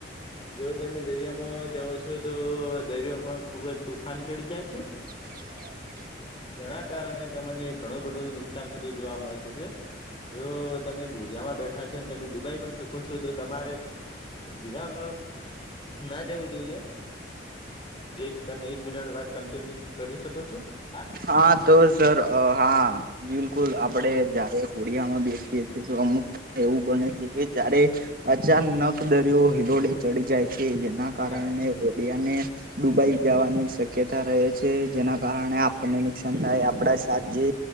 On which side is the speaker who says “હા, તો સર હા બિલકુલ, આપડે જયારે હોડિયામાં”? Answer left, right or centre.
Right